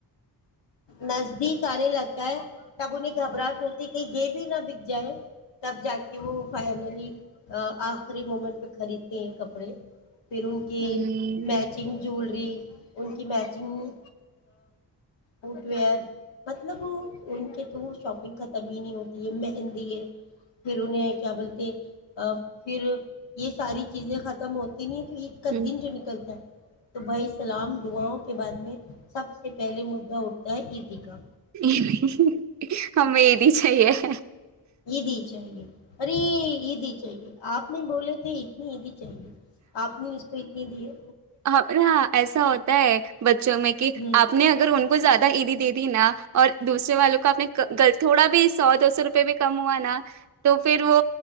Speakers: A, on the left; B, on the right.
A: نزدیک آنے لگتا ہے تب انہیں گھبراہٹ ہوتی کہ یہ بھی نہ بک جائے تب جا کے وہ فائنلی آخری مومنٹ پہ خریدتے ہیں کپڑے پھر ان کی
B: ہوں
A: میچنگ جوول ی ان کی میچنگ فوٹ ویئر مطلب ان کے تو شاپنگ ختم ہی نہیں ہوتی ہے مہندی ہے پھر انہیں کیا بولتے پھر یہ ساری چیزیں ختم ہوتی ت تو اید کا
B: ہوں۔
A: دن جو نکلتا ہے تو بھائی سلام دعاؤں کے بعد میں سب سے پہلے مجھ ھ اٹتا ہے یہیدقا
B: نہیں ہمیں یہ بھی چاہیے ہے
A: یہ دی چاہیے ارے یہ دی چاہیے آپ نہیں بولے تھے اتنی دی چاہیے آپ نے اس پہ کی لیے
B: ہ ایسا ہوتا ہے بچوں میں کہ
A: ہ
B: آپ نے اگر ان کو زیادہ عیدی دے دی نہا اور دوسرے والوں کو آپ نے تھوڑا بھی سو دو سو روپئے بھی کم ہوا نا تو پھر وہ